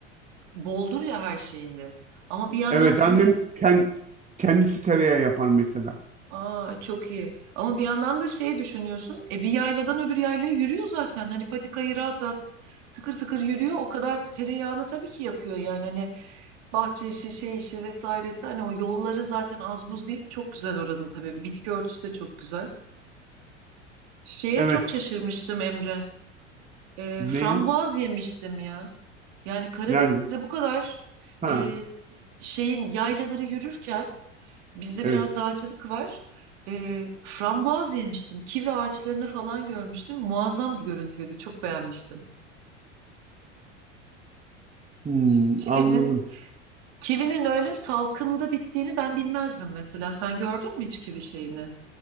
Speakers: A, on the right (about 60°); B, on the right (about 20°).
A: boldur ya her şeyinde. Ama bir yandan
B: Evet
A: da
B: annem
A: düşün
B: kend, kendisi tereyağı yapar mesela.
A: Aa çok iyi. Ama bir yandan da şey düşünüyorsun. E bir yayladan öbür yaylaya yürüyor zaten. Hani patikayı rahat rahat tıkır tıkır yürüyor. O kadar tereyağını tabii ki yakıyor yani. Hani bahçe işi, şey işi vesairesi. Hani o yolları zaten az buz değil. Çok güzel oranın tabii. Bitki örtüsü de çok güzel. Şeye
B: Evet.
A: çok şaşırmıştım Emre. E,
B: Ne
A: frambuaz
B: ya?
A: yemiştim ya. Yani Karadeniz'de
B: Nerede?
A: bu kadar
B: Ha,
A: e, şeyin yaylaları yürürken Bizde
B: evet.
A: biraz dağcılık var. Ee, frambuaz yemiştim. Kivi ağaçlarını falan görmüştüm. Muazzam bir görüntüydü. Çok beğenmiştim.
B: Hmm,
A: Ki- Kivinin
B: anladım.
A: kivinin öyle salkımda bittiğini ben bilmezdim mesela. Sen gördün mü hiç kivi şeyini?